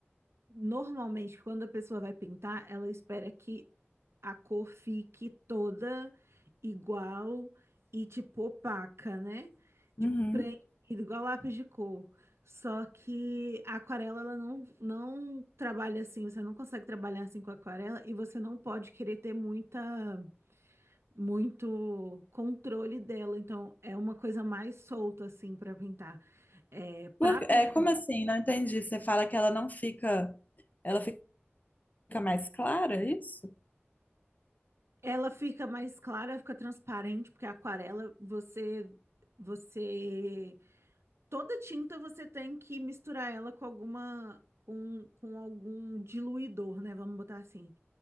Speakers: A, on the right; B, on the left.
A: normalmente quando a pessoa vai pintar, ela espera que a cor fique toda igual e tipo opaca, né? Tipo
B: Uhum.
A: preenchida igual lápis de cor. Só que a aquarela ela não não trabalha assim, você não consegue trabalhar assim com a aquarela e você não pode querer ter muita muito controle dela, então é uma coisa mais solta assim para pintar. É, para
B: Por-
A: prender,
B: é, como assim? Não entendi. Você fala que ela não fica, ela fica mais clara, é isso?
A: ela fica mais clara, fica transparente, porque a aquarela você você toda tinta você tem que misturar ela com alguma com, com algum diluidor, né? Vamos botar assim.